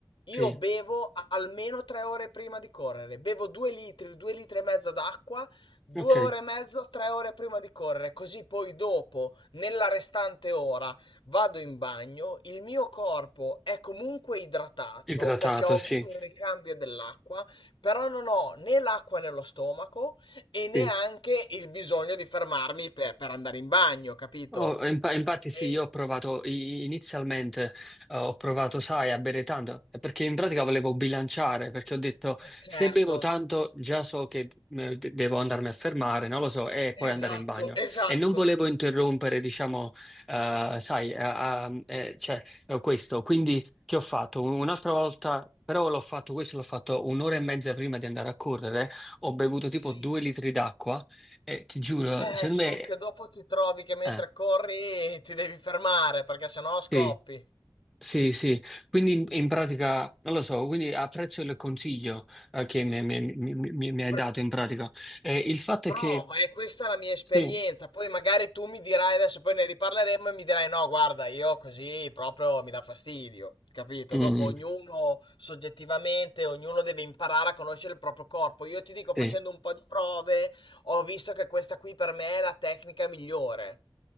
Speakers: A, on the left; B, in the centre.
A: io
B: Sì,
A: bevo almeno tre ore prima di correre. Bevo due litri, due litri e mezzo d'acqua, due
B: ok.
A: ore e mezzo, tre ore prima di correre. Così poi dopo, nella restante ora, vado in bagno. Il mio corpo è comunque idratato
B: Idratato,
A: perché ho avuto
B: sì.
A: un ricambio dell'acqua, però non ho né l'acqua nello stomaco e neanche
B: Sì.
A: il bisogno di fermarmi per, per andare in bagno, capito?
B: Oh, in- infatti sì,
A: E
B: io ho provato i- inizialmente, eh, ho provato, sai, a bere tanto, eh, perché in pratica volevo bilanciare, perché ho detto
A: e certo.
B: se bevo tanto già so che eh, de- devo andarmi a fermare, non lo so, e poi
A: Esatto,
B: andare in bagno.
A: esatto.
B: E non volevo interrompere, diciamo, eh, sai, a- a- eh, cioè, eh, questo. Quindi che ho fatto? Un- Un'altra volta, però l'ho fatto, questo l'ho fatto un'ora e mezza prima di andare a correre, ho bevuto tipo
A: Sì,
B: due litri d'acqua e ti giuro,
A: Eh,
B: secondo
A: solo
B: me...
A: che dopo ti trovi che mentre
B: eh,
A: corri ti devi fermare perché sennò
B: sì,
A: scoppi.
B: Sì, sì, quindi in, in pratica, non lo so, quindi apprezzo il consiglio eh, che mi, mi- mi- mi- mi hai
A: Pr-
B: dato in pratica. Eh, il fatto
A: prova,
B: è che,
A: e questa è la mia esperienza.
B: sì,
A: Poi magari tu mi dirai adesso, poi ne riparleremo e mi dirai no, guarda, io così proprio mi dà fastidio. Capito?
B: mm,
A: Dopo ognuno soggettivamente, ognuno deve imparare a conoscere il proprio corpo. Io ti dico,
B: sì,
A: facendo un po' di prove, ho visto che questa qui per me è la tecnica migliore.